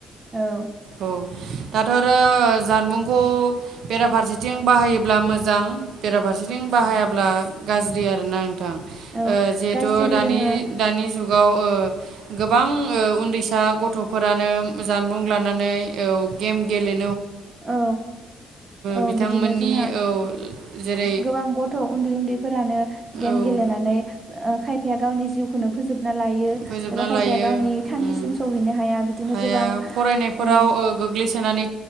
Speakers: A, on the right; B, on the right.
A: औ।
B: औ। दाथ' आरो जानबुंखौ बेराफारसे फारसेथिं बाहायोब्ला मोजां बेराफारसेथिं बाहायाब्ला गाज्रि आरो ना?
A: औ
B: ओ जिहेथुानि
A: गाज्रिबो दोङो
B: दानि जुगाव ओ गोबां उन्दैसा गथ'फोरानो जानबुं लानानै औ गेम गेले
A: औ औ
B: बिथांमोननि
A: बिदिनो जोंना
B: औ जेरै
A: गोबां गथ' उन्दै उन्दैफोरानो गेम
B: औ
A: गेलेनानै खायफाया गावनि जिउखौनो फोजोब ना लायो
B: फोजोबना
A: एबा खायफाया
B: लायो
A: गावनि थांखिसिम
B: उम
A: सहैनो हाया बिदिनो
B: हाया
A: गोबां
B: फरायनायफोराव
A: औ।
B: ओ गोग्लैसोनानै